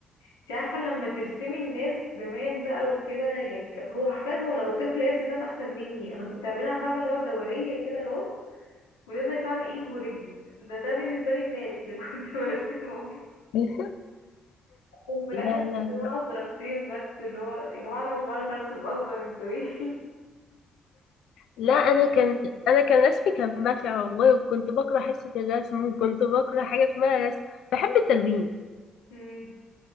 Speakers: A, on the left; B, on the left.
A: انت عارفة لما ترسمي الناس زمان بقى وكده يعني ك- هو حرفيا هو لو طفل يرسم ناس احسن مني انا كنت اعملها فاهمة اللي هو دورية كده راس ونازل فاهمة ايد ورجل ده ده بالنسبة لي الناس اللي كنت <laughs> برسمهم
B: <laughs>
A: وفي الاخر
B: لا
A: كنت
B: لا
A: ناقص
B: لا
A: درجتين بس اللي هو يا جماعه انا مش بعرف ارسم اصلا انتوا ايه <laughs>
B: لا
A: بس
B: انا كان انا كان رسمي كان بشع والله وكنت بكره حصه الرسم وكنت بكره حاجه اسمها رسم بحب التلوين
A: مم.